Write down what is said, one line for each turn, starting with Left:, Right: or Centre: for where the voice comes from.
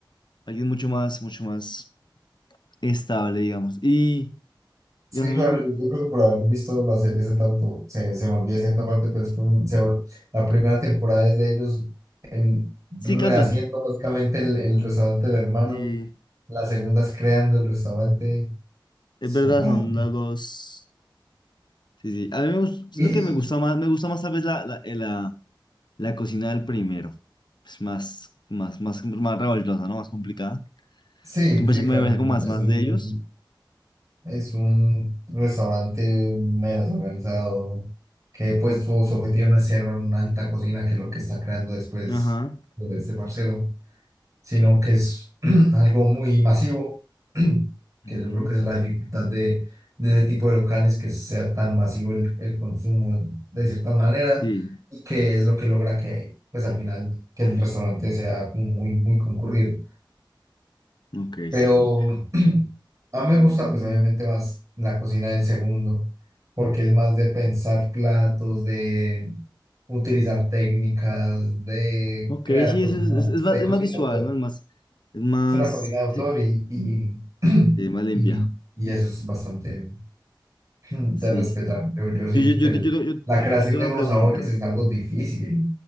Left: alguien mucho más, mucho más estable, digamos. Y,
Right: Es
Left: digamos,
Right: que, claro,
Left: a mí me-
Right: yo yo creo que por haber visto la serie hace tanto, se, se me olvida cierta parte, pero es que un- se vol- la primera temporada es de ellos en, rehaciendo
Left: sí cambian.
Right: básicamente el, el restaurante del hermano.
Left: Y
Right: La segunda es creando el restaurante.
Left: es
Right: Es
Left: verdad,
Right: papá,
Left: son las dos. Sí, sí. A mí me gusta, siento
Right: Y, y-
Left: que me gusta más, me gusta más tal vez la, la, eh, la, la cocina del primero. Es más, más, más, más revoltosa, ¿no? Más complicada.
Right: sí,
Left: Me parece,
Right: sí,
Left: me
Right: claro,
Left: parece
Right: es
Left: como
Right: un,
Left: más,
Right: es
Left: más
Right: un,
Left: de ellos.
Right: es un restaurante menos organizado, que pues su, su objetivo no es ser una alta cocina, que es lo que está creando después
Left: Ajá.
Right: de este parcero, sino que es <clears throat> algo muy masivo, <clears throat> que
Left: Ujú.
Right: yo creo que esa es la dificultad de, de ese tipo de locales, que sea tan masivo el, el consumo de cierta manera,
Left: Sí,
Right: y que es lo que logra que, pues al final, que el restaurante sea como muy, muy concurrido.
Left: ok,
Right: Pero
Left: sí, sí.
Right: <clears throat> a mí me gusta pues obviamente más la cocina del segundo, porque es más de pensar platos, de utilizar técnicas, de
Left: Ok,
Right: crear
Left: sí,
Right: cosas
Left: es, es,
Right: nuevas,
Left: es- es más,
Right: de
Left: es
Right: cocina
Left: más visual,
Right: de autor.
Left: ¿no? Es más, es más,
Right: Es una cocina de autor
Left: sí,
Right: y, y, <clears throat>
Left: sí, más limpia.
Right: y, y eso es bastante <clears throat> de
Left: Sí.
Right: respetar. Yo, yo siento
Left: Yo, yo, yo,
Right: que el-
Left: yo, yo, yo-
Right: la creación
Left: yo tengo
Right: de
Left: una
Right: nuevos
Left: pregunta.
Right: sabores es algo difícil,